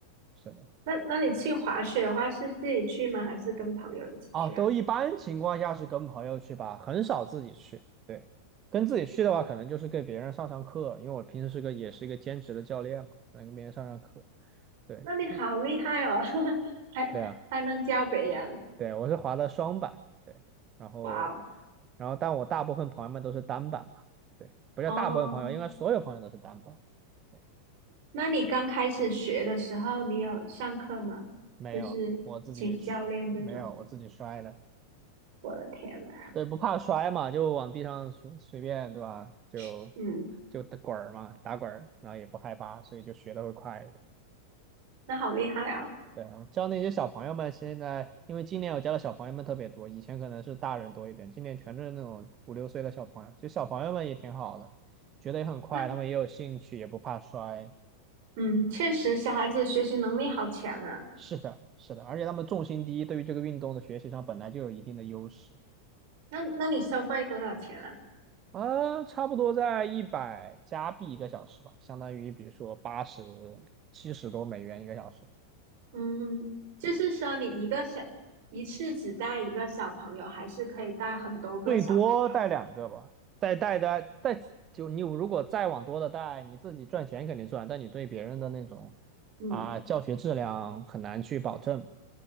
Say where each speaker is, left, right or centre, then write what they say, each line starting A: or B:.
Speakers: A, on the right; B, on the right.
A: 是的，
B: 那那你去滑雪的话，是自己去吗？还是跟朋友一起去啊？
A: 啊，都一般情况下是跟朋友去吧，很少自己去。对，跟自己去的话，可能就是给别人上上课，因为我平时是个也是一个兼职的教练嘛，可能跟别人上上课。对，
B: 那你好厉害哦，
A: 嗯
B: <laughs> 还还能教别人，
A: 对啊，对，我是滑的双板，对，然后，
B: 哇哦！
A: 然后，但我大部分朋友们都是单板嘛，对，不叫大部分朋友，
B: 哦，
A: 应该所有朋友都是单板。对，
B: 那你刚开始学的时候，你有上课吗？
A: 没有，
B: 就是请教练这种，
A: 我自己是没有，我自己摔的。
B: 我的天呐，
A: 对，不怕摔嘛，就往地上随随便，对吧？就
B: <laughs> 嗯，
A: 就打滚儿嘛，打滚儿，然后也不害怕，所以就学的会快一点。
B: 那好厉害哦。
A: 对啊，我教那些小朋友们，现在因为今年我教的小朋友们特别多，以前可能是大人多一点，今年全是那种五六岁的小朋友，就小朋友们也挺好的，学的也很快，
B: 那
A: 他们也有兴趣，也不怕摔。
B: 嗯，确实小孩子学习能力好强啊。
A: 是的，是的，而且他们重心低，对于这个运动的学习上本来就有一定的优势。
B: 那那你收费多少钱啊？
A: 啊，差不多在一百加币一个小时吧，相当于比如说八十、七十多美元一个小时，
B: 嗯，就是说你一个小，一次只带一个小朋友，还是可以带很多个小朋
A: 最多带两个吧。再带的带，就你如果再往多的带，你自己赚钱肯定赚，但你对别人的那种
B: 友？嗯，
A: 啊，教学质量很难去保证嘛，